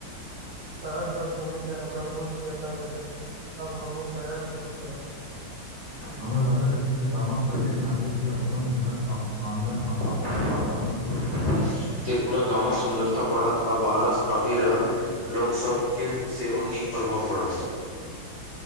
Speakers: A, on the right (about 65°); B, on the left (about 55°).
A: अहाँक बर सुनूके हमरा बहुत प्रेरणा भेटत आब हमूँ प्रय शुरू करब
B: हमरा लागैत अछि जे गामक प्रत्येक नागरिक जे अपन घर आगंन अप वातावरण छट <unintelligible> ते पूरा गामक सुन्दरता बढ़त आ बाहरस आभि रहल लोकसभके सेहो नीक प्रभाव पड़त